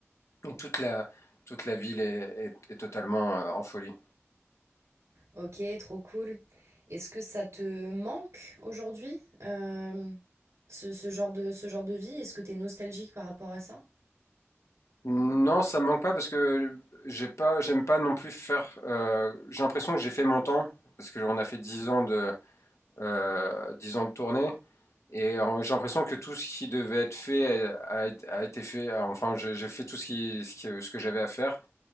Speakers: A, on the left; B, on the right.
A: Et toute la, toute la ville est, est- est totalement euh, en folie.
B: Ok, trop cool. Est-ce que ça te manque aujourd'hui, euh, ce, ce genre de, ce genre de vie? Est-ce que tu es nostalgique par rapport à ça?
A: Non, ça me manque pas parce que j'ai pas, j'aime pas non plus faire. euh, j'ai l'impression que j'ai fait mon temps parce qu'on a fait dix ans de, euh, 10 ans de tournée et euh, j'ai l'impression que tout ce qui devait être fait a, a- a été fait. Enfin, j'ai j'ai fait tout ce qui, ce que, ce que j'avais à faire.